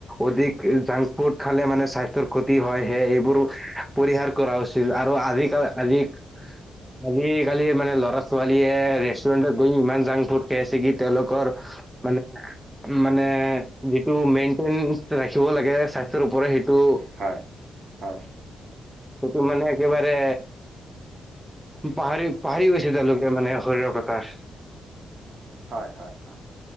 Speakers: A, in the centre; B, on the right.
A: অধিক জাংক ফুড খালে মানে স্বাস্থ্যৰ ক্ষতি হয়। সে এইবোৰো পৰিহাৰ কৰা উচিত। আৰু আধিক আধিক আজিকালি মানে ল'ৰা -ছোৱালীয়ে ৰেষ্টুৰেন্টত গৈ ইমান জাংক ফুড খাই আছে কি তেওঁলোকৰ মানে মানে যিটো মেইন্টেইন ৰাখিব লাগে স সেইটোৰ ওপৰে সেইটো
B: হয় হয়
A: ত মানে একেবাৰে পাহৰি পাহৰি গৈছে তেওঁলোকে মানে শৰীৰৰ কথাৰ।
B: হয় হয় হয়